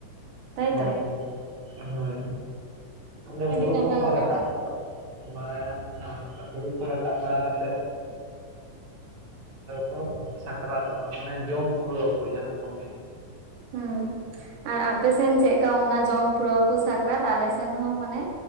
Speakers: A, on the right; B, on the right.
A: ᱛᱟᱭ
B: ᱦᱳᱭ
A: ᱛᱚ
B: ᱦᱳᱭ ᱚᱸᱰᱮ
A: ᱟᱹᱰᱤ
B: ᱦᱩᱲᱩ
A: ᱱᱟᱯᱟᱭ
B: ᱠᱚᱠᱚ
A: ᱚᱱᱟ
B: ᱨᱟᱠᱟᱵ
A: ᱦᱚᱸ
B: ᱵᱟᱲᱟᱭᱟ ᱟᱨ ᱦᱩᱲᱩ ᱠᱚ ᱨᱟᱠᱟᱵ ᱵᱟᱲᱟ ᱠᱟᱛᱮᱫ ᱟᱫᱚ ᱠᱚ ᱥᱟᱠᱨᱟᱛᱚᱜ-ᱟ ᱢᱟᱱᱮ ᱡᱚᱢ ᱯᱩᱨᱟᱹᱣ ᱟᱠᱚ ᱡᱟᱦᱟᱸ ᱠᱚ ᱢᱮᱱ
A: ᱦᱩᱸ ᱟᱨ ᱟᱯᱮ ᱥᱮᱱ ᱪᱮᱫᱠᱟ ᱚᱱᱟ ᱡᱚᱢ ᱯᱩᱨᱟᱹᱣ ᱠᱚ ᱥᱟᱠᱨᱟᱛ ᱟᱞᱮ ᱥᱮᱱ ᱦᱚᱸ ᱢᱟᱱᱮ